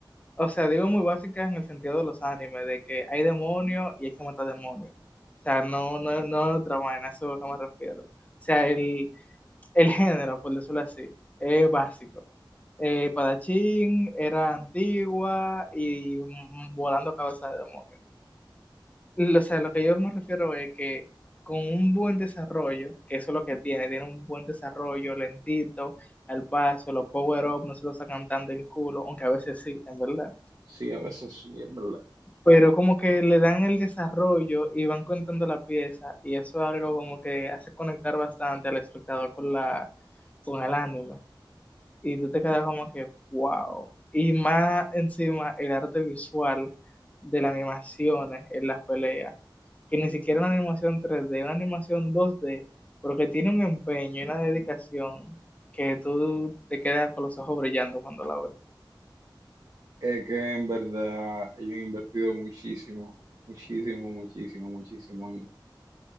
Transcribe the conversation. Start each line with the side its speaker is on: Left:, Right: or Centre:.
Left: o sea, digo muy básica en el sentido de los animes, de que hay demonios y hay que matar demonios. O sea, no, no, no es otra vaina, eso es a lo que me refiero. O sea, el, el género, por decirlo así, es básico. eh, Padachín era antigua y mm, volando cabeza de demonio. Lo- O sea, lo que yo me refiero es que con un buen desarrollo, que eso es lo que tiene, tiene un buen desarrollo, lentito, al paso, los power-up no se lo sacan tan del culo, aunque a veces sí, en verdad.
Right: Sí, a veces sí, es verdad.
Left: Pero como que le dan el desarrollo y van contando la pieza, y eso es algo como que hace conectar bastante al espectador con la, con el anime. y tú te quedas como que, wow. Y más encima el arte visual de las animaciones en las peleas, que ni siquiera una animación 3D, una animación 2D, pero que tiene un empeño y una dedicación que tú te quedas con los ojos brillando cuando la ves.
Right: Es que en verdad ellos han invertido muchísimo, muchísimo, muchísimo, muchísimo en,